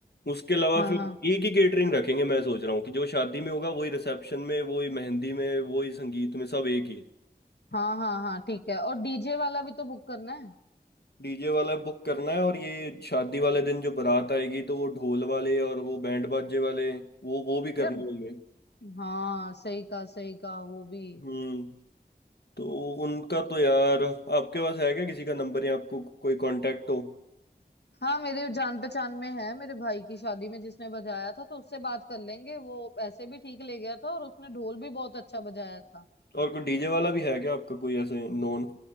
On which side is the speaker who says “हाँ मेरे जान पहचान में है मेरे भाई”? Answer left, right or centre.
Left